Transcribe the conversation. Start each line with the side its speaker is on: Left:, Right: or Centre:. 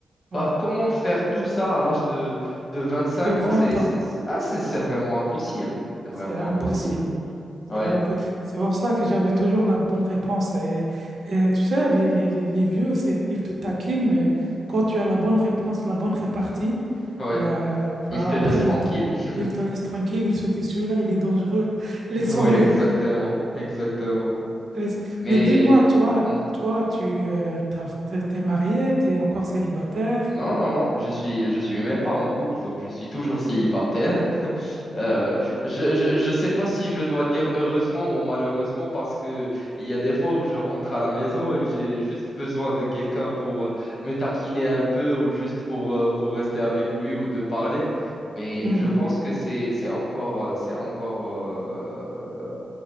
Right: Ouais.
Left: Bah, comment faire tout ça à l'âge de, de 25
Right: De
Left: ans?
Right: 20
Left: C'est,
Right: ans,
Left: c'est, c'est- ah, c'est c'est vraiment impossible. C'est
Right: c'est
Left: vraiment
Right: impossible.
Left: impossible. Ouais,
Right: C'est impo- c'est pour ça que j'avais toujours la bonne réponse. Et, et tu sais, les, les, les, les vieux, c'est, ils te taquinent, mais quand tu as la bonne réponse, la bonne répartie,
Left: ouais.
Right: bah, enfin,
Left: Il te
Right: après,
Left: laisse tranquille.
Right: ils te,
Left: <laughs>
Right: ils te laissent tranquille. Ils se disent, celui-là, il est dangereux. <laughs> Laissons-le.
Left: Ouais, exactement, exactement.
Right: Mais
Left: Mais
Right: mais dis-moi, toi,
Left: mhm.
Right: toi, tu euh, t'as- t'es t'es marié, tu es encore célibataire.
Left: non, non, non, je suis, je suis même pas en couple, donc je suis toujours célibataire. Euh, je, je, je sais pas si je dois dire heureusement ou malheureusement parce que il y a des fois où je rentre à la maison et j'ai juste besoin de quelqu'un pour euh, me taquiner un peu ou juste pour, euh, pour rester avec lui ou de parler. Mais
Right: <laughs>
Left: je pense que c'est, c'est encore, euh, c'est encore euh,